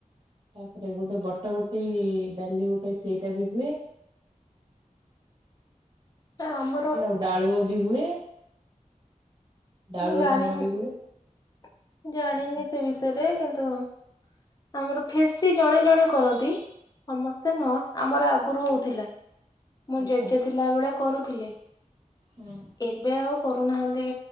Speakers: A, on the right; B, on the left.
A: ତାପରେ ଗୋଟେ ବଟ ବଟି ଡାଲି ଗୋଟେ ସେଇଟା ବି ହୁଏ।
B: ଆମର
A: ଆଉ ଡାଳୁ। ବି ହୁଏ। ଡାଳୁଅ
B: ଁ ଜିନ
A: ଧାନ ବି ହୁଏ
B: ଜିନ
A: ଆଚ୍ଛା
B: ନିି ସେ ବିଷୟରେ କିନ୍ତୁ? ତ ଆମର ଫେସି ଜଣେ ଜଣେ କରନ୍ତି ସମସ୍ତେ ନୁହଁ ଆମର ଆଗରୁ ହଉଥିଲା। ମୁଁ
A: ଆଚ୍ଛା।
B: ଜେଜେ ଥିଲା ବେଳେ କରୁଥିଲେ।
A: ହୁଁ
B: ଏବେ ଆଉ କ ନାହାନ୍ତି।